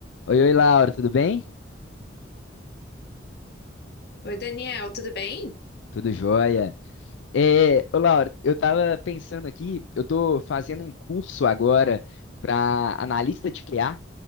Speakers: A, on the left; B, on the left.
A: Oi, oi, Laura, tudo bem?
B: Oi, Daniel, tudo bem?
A: Tudo jóia. É, ô, Laura, eu tava pensando aqui, eu tô fazendo um curso agora para analista de QA,